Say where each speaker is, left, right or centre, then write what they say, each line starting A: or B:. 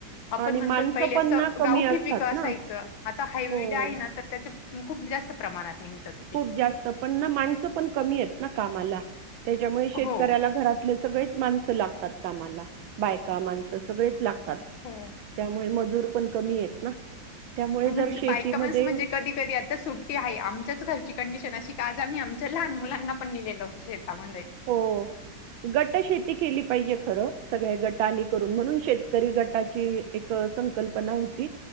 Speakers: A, on the left; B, on the right.
A: आपण
B: आणि
A: म्हणतो
B: माणसं
A: न पहिले
B: पण
A: असं
B: ना कमी
A: गावठी
B: असतात
A: पिकं
B: ना.
A: असायचं आता हायवीड
B: हो.
A: आहे ना तर त्याचं खूप जास्त प्रमाणात निघतात.
B: खूप जास्त पण ना माणसं पण कमी एत ना कामाला त्याच्यामुळे शेतकऱ्याला
A: हो
B: घरात सगळेच माणस लागतात कामाला बायका माणसं सगळेच लाग तात
A: हो.
B: त्यामुळे मजूर पण कमी येत ना. त्यामुळे
A: म्हणजे
B: जर शेतीमध्ये
A: बायका माणसं म्हणजे कधी कधी सुट्टी हाय आमच्याच घरची कंडिशन अशी का आज आम्ही आमच्या लहान मुलांना पण नलेलं होतं शेतामध्ये.
B: हो. गट शेती केली पाहिजे खरं सगळ्या गटांनी करून म्हणून शेतकरी गटाची एक संकल्पना हुती.